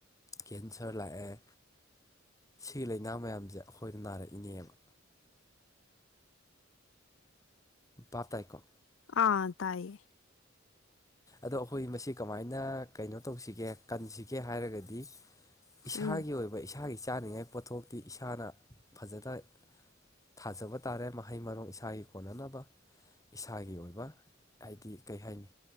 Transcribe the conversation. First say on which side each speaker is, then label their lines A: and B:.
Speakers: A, on the left; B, on the left.
A: ꯀꯦꯟꯁꯔ ꯂꯥꯛꯑꯦ ꯁꯤꯒꯤ ꯂꯥꯏꯅꯥ ꯃꯌꯥꯝꯁꯦ ꯑꯩꯈꯣꯏꯗ ꯅꯥꯔꯛꯏꯅꯦꯕ ꯚꯥꯞ ꯇꯥꯏꯀꯣ
B: ꯑꯥ ꯇꯥꯏꯌꯦ
A: ꯑꯗꯣ ꯑꯩꯈꯣꯏ ꯃꯁꯤ ꯀꯃꯥꯏꯅ ꯀꯩꯅꯣ ꯇꯧꯁꯤꯒꯦ ꯀꯟꯁꯤꯒꯦ ꯀꯦ ꯍꯥꯏꯔꯒꯗꯤ ꯏꯁꯥꯒꯤ
B: ꯎꯝ
A: ꯑꯣꯏꯕ ꯏꯁꯥꯒꯤ ꯆꯥꯅꯤꯡꯉꯥꯏ ꯄꯣꯠꯊꯣꯛꯇꯤ ꯏꯁꯥꯅ ꯐꯖꯅ ꯊꯥꯖꯕ ꯇꯥꯔꯦ ꯃꯍꯩ ꯃꯔꯣꯡ ꯏꯁꯥꯒꯤ ꯀꯣꯟꯅꯅꯕ ꯏꯁꯥꯒꯤ ꯑꯣꯏꯕ ꯍꯥꯏꯗꯤ ꯀꯩ ꯍꯥꯏꯅꯤ